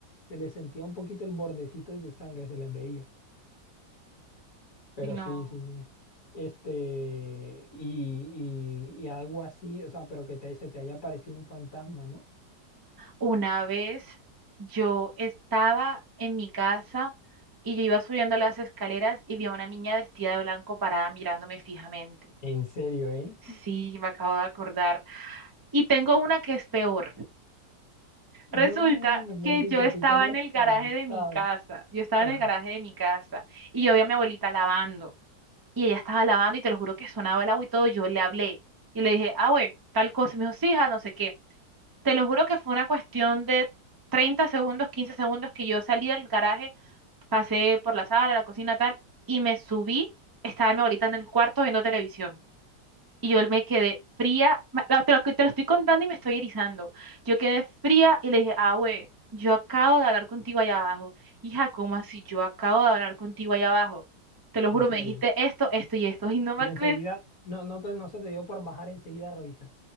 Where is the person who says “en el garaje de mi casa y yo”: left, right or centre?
Right